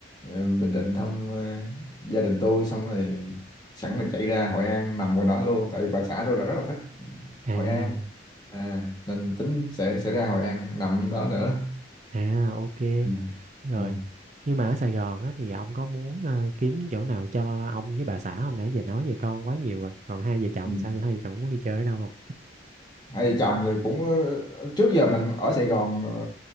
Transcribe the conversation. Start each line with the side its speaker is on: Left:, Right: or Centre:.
Left: ờ, Bình Định thăm ờ, gia đình tôi xong rồi sẵn là chạy ra Hội An nằm ngoài đó luôn tại vì bà xã tôi là rất là thích
Right: à
Left: Hội An à, nên tính sẽ sẽ ra Hội An nằm đó nữa
Right: à ok
Left: ừ.
Right: Rồi,
Left: Ừ.
Right: nhưng mà ở Sài Gòn á, thì ông có muốn ờ, kiếm chỗ nào cho ông với bà xã không? Nãy giờ nói về con quá nhiều rồi. Còn hai vợ chồng
Left: Ừ.
Right: sao? Hai vợ chồng muốn đi chơi ở đâu
Left: hay chồng thì cũng ờ, trước giờ mình ở Sài Gòn ờ,